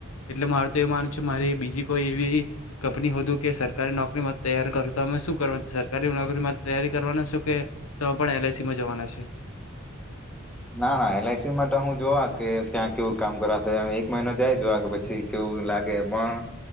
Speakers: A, on the left (about 85°); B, in the centre.
A: એટલે મારું તો એ માનું છે મારી બીજી કોઈ એવી કંપની હોદુ. કે સરકારી નોકરીમાં તૈયારી કરું તો અમે શું કરવાનું સરકારી નોકરીમાં તૈયારી કરવાના છો? કે અમે પણ એલ આઈ સીમાં જવાના છે?
B: ના ના એલ આઈ સી માટે હું જોવા કે ત્યાં કેવું કામ કરાશે એક મહિનો જાય જોવા કે પછી કેવું લાગે પણ